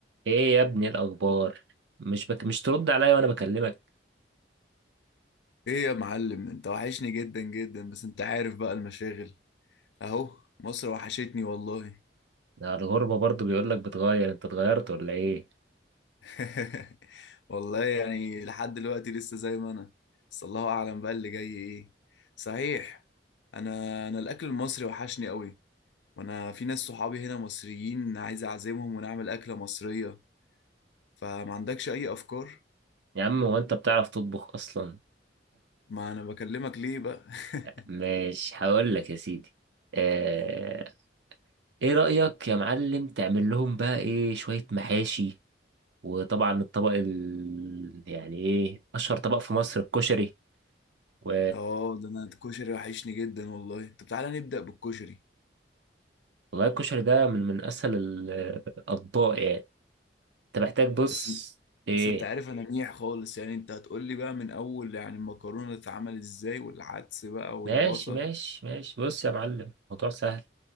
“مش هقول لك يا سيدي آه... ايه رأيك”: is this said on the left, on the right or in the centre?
Right